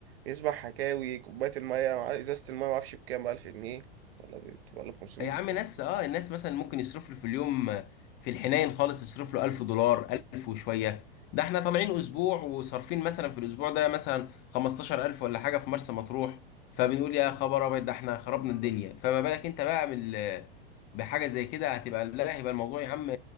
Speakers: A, on the right; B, on the left.
A: يسمع حكاوي كوباية المية مع- إزازة المية معرفش بكام بألف جنيه ولا ب... ولا بخمسمية
B: يا عم ناس
A: جنيه
B: اه الناس مثلا ممكن يصرف له في اليوم آه، في الحنين خالص يصرف له 1000 دولار 1000 وشويه ده احنا طالعين اسبوع وصارفين مثلا في الاسبوع ده مثلا 15000 ولا حاجه في مرسى مطروح فبنقول يا خبر ابيض ده احنا خربنا الدنيا فما بالك انت بقى بال بحاجه زي كده هتبقى لا هيبقى الموضوع يا عم